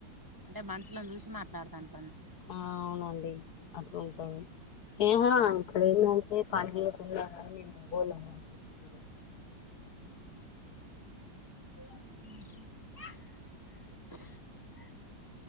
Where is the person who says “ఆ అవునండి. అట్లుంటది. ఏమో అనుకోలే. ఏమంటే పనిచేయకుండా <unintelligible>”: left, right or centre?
Left